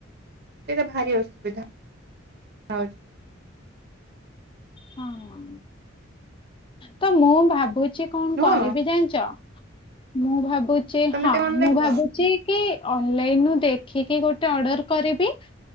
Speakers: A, on the right; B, on the left.
A: ସେଇଟା ଭାରି ଅସୁବିଧା। ହଉଛି।
B: ହଁ ତ ମୁଁ ଭାବୁ ଛି କଣ
A: ନୁହଁ
B: କରିବି ଜାଣିଛ? ମୁଁ ଭାବୁ ଛି
A: ତମେ
B: ହଁ
A: ଟିକେ ଅନଲାଇନ
B: ମୁଁ
A: କୁହ।
B: ଭାବୁଛି କି ଅନଲାଇନ ଦେଖିକି ଗୋଟେ ଅର୍ଡର କରିବି।